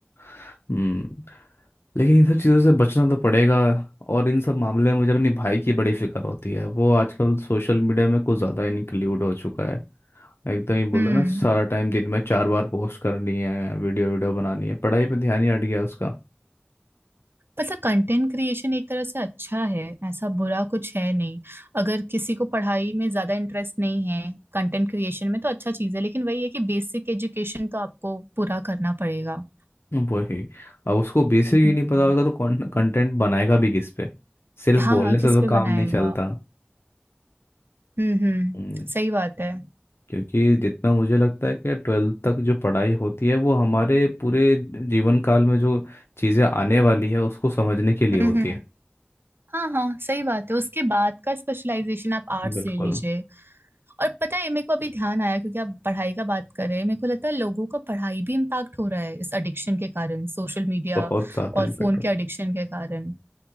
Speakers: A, on the left; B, on the right.
A: हम्म लेकिन इन सब चीज़ों से बचना तो पड़ेगा और इन सब मामले में मुझे अपने भाई की बड़ी फिक्र होती है वो आजकल सोशल मीडिया में कुछ ज़्यादा इंक्लूड हो चुका है एकदम ही बोलते
B: हम्म
A: हैं ना सारा टाइम दिन में चार बार पोस्ट करनी है वीडियो वीडियो बनानी है पढ़ाई पे ध्यान ही हट गया उसका
B: मतलब कंटेंट क्रिएशन एक तरह से अच्छा है ऐसा बुरा कुछ है नहीं अगर किसी को पढ़ाई में ज्यादा इंटरेस्ट नहीं है कंटेंट क्रिएशन में तो अच्छा चीज है लेकिन वही है कि बेसिक एजुकेशन तो आपको पूरा करना पड़ेगा
A: वही अब उसको बेसिक ही
B: हम्म
A: नहीं पता होगा तो कंटेंट बनाएगा भी किस पे सिर्फ
B: हाँ
A: बोलने से
B: किस
A: तो
B: पे बनाएगा
A: काम नहीं चलता
B: हम्म हम्म
A: हम्म,
B: सही बात है
A: क्योंकि जितना मुझे लगता है कि ट्वेल्थ तक जो पढ़ाई होती है वो हमारे पूरे जीवन काल में जो चीज़ें आने वाली है उसको समझने के लिए होती
B: हम्म हम्म।
A: है
B: हाँ हाँ सही बात है उसके बाद का स्पेशलाइजेशन आप आर्ट्स
A: बिल्कुल
B: ले लीजिए और पता है मेरे को अभी ध्यान आया क्योंकि आप पढ़ाई का बात कर रहे हैं मेरे को लगता है लोगों का पढ़ाई भी इम्पैक्ट हो रहा है इस एडिक्शन के कारण सोशल मीडिया
A: बहुत ज्यादा
B: और
A: इम्पेक्ट
B: फोन के एडिक्शन के कारण